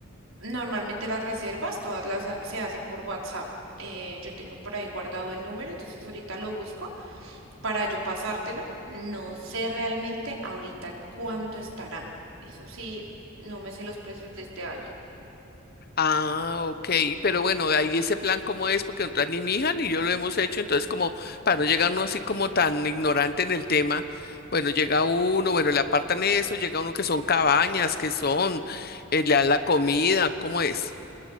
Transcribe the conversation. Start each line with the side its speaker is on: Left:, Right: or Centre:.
Right: normalmente las reservas todas las ha- se hace por WhatsApp. Eh, yo tengo por ahí guardado el número, entonces ahorita lo busco para yo pasártelo. No sé realmente ahorita en cuánto estarán. Eso sí, no me sé los precios de este año.
Left: Ah, ok, pero bueno, ahí ese plan cómo es, porque nosotras ni mi hija ni yo lo hemos hecho, entonces como para no llegar uno así como tan ignorante en el tema, bueno, llega uno, bueno, le apartan eso, llega uno que son cabañas, que son, eh, le dan la comida, ¿cómo es?